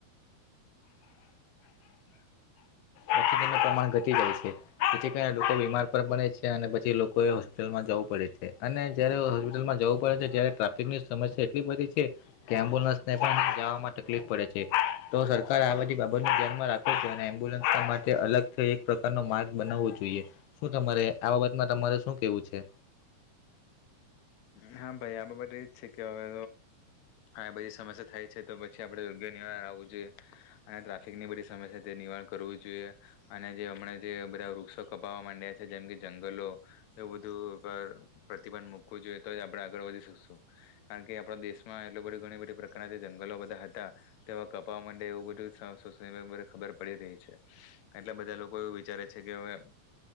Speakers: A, on the left (about 85°); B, on the left (about 65°).
A: ઓક્સિજનનું પ્રમાણ ઘટી જાય છે જેથી કરીને લોકો બીમાર પણ પડ છે અને પછી લોકોએ હોસ્પિટલમાં જવું પડે છે અને જ્યારે હોસ્પિટલમાં જવું પડે છે ત્યારે ટ્રાફિકની સમસ્યા એટલી બધી છે કે એમ્બ્યુલન્સને પણ જવામાં તકલીફ પડે છે તો સરકાર આ બધી બાબતને ધ્યાનમાં રાખો છે અને એમ્બ્યુલન્સના માટે અલગ એક પ્રકારનો માર્ગ બનાવવો જોઈએ, શું તમારે આ બાબતમાં તમારે શું કેવું છે.
B: હા ભાઈ આ બાબત એ જ છે કે હવે આ બધી સમસ્યા થાય છે તો પછી આપણે યોગ્ય નિવારણ આવવું જોઈએ અને ટ્રાફિકની બધી સમસ્યા તે નિવારણ કરવું જોઈએ અને જે હમણાં જે બધા વૃક્ષો કપાવવા માંડ્યા છે જેમ કે જંગલો એવું બધું પર પ્રતિબંધ મૂકવું જોઈએ. તો આપણે આગળ વધી શકશું કારણ કે આપણા દેશમાં એટલ બધ ઘણી બધી પ્રકારના જે જંગલો બધા હતા, તેવા કપાવા માટે એવું બધું ખબર પડી રહી છે એટલા બધા લોકો એવું વિચારે છે કે હવે